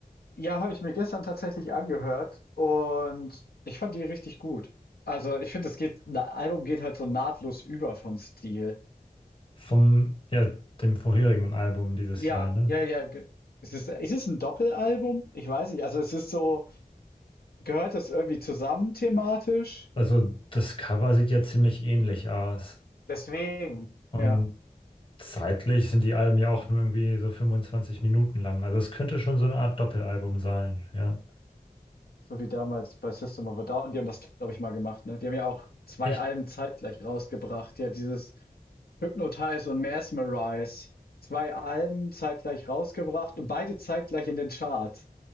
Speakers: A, on the left; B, on the left.
A: Ja, habe ich mir gestern tatsächlich angehört und ich fand die richtig gut. Also, ich finde, das geht 'n Album geht halt so nahtlos über vom Stil.
B: Vom, ja, dem vorherigen Album dieses
A: Ja,
B: Jahr, ne?
A: ja, ja, ge es ist ist es 'n Doppelalbum? Ich weiß nicht. Also, es ist so gehört das irgendwie zusammen thematisch?
B: Also das Cover sieht ja ziemlich ähnlich aus.
A: Deswegen,
B: Und
A: ja.
B: zeitlich sind die Alben ja auch nur irgendwie so 25 Minuten lang. Also es könnte schon so eine Art Doppelalbum sein. Ja,
A: So wie damals bei System of a Down, die haben das, glaube ich, mal gemacht, ne? Die haben ja auch zwei
B: echt
A: Alben zeitgleich rausgebracht. Ja, dieses Hypnotize und Mesmerize. zwei Alben zeitgleich rausgebracht und beide zeitgleich in den Charts.